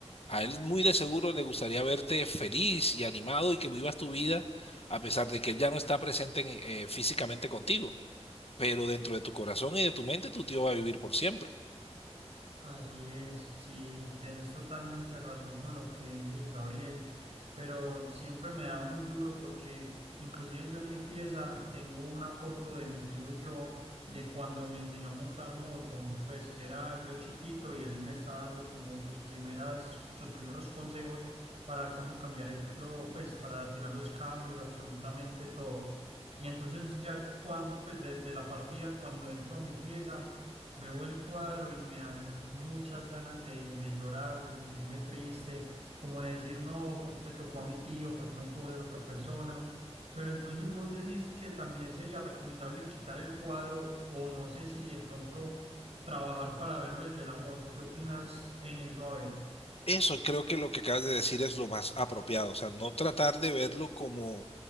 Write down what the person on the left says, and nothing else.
A él muy de seguro le gustaría verte feliz y animado y que vivas tu vida a pesar de que él ya no está presente en- eh, físicamente contigo. Pero dentro de tu corazón y de tu mente tu tío va a vivir por siempre.
Eso creo que lo que acabas de decir es lo más apropiado. O sea, no tratar de verlo como